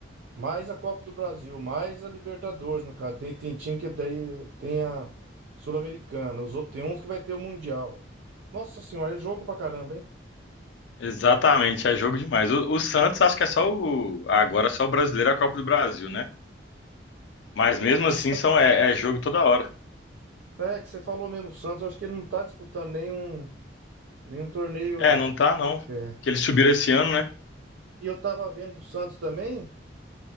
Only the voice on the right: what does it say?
mais a Copa do Brasil, mais a Libertadores, no caso. Tem, tem time que daí tem a Sul-Americana, os outros- tem uns que vai ter o Mundial. Nossa Senhora, é jogo pra caramba, hein?
O,
Sa-
é que você falou mesmo, o Santos, eu acho que ele não tá disputando nenhum, nenhum torneio.
é
E eu tava vendo o Santos também.